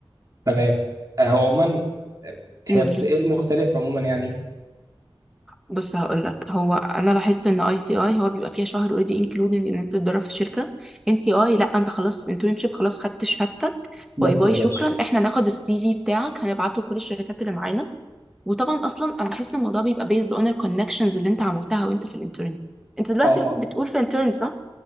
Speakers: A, on the right; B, in the centre.
A: تمام آه، هو عموما
B: فقولي
A: هي بتقل مختلف عموما يعني
B: بص هقول لك هو انا لاحظت ان اي تي اي هو بيبقى فيها شهر اوريدي انكلودنج ان انت تتدرب في شركه ان سي اي لا انت خلاص انترنشيب خلاص خدت شهادتك
A: بس
B: باي باي
A: يا
B: شكرا
A: باشا
B: احنا هناخد السي في بتاعك هنبعته لكل الشركات اللي معانا وطبعا اصلا انا بحس ان الموضوع بيبقى بيزد اون الكونكشنز اللي انت عملتها وانت في الانترن انت دلوقتي
A: اه اه
B: بتقول في انترن صح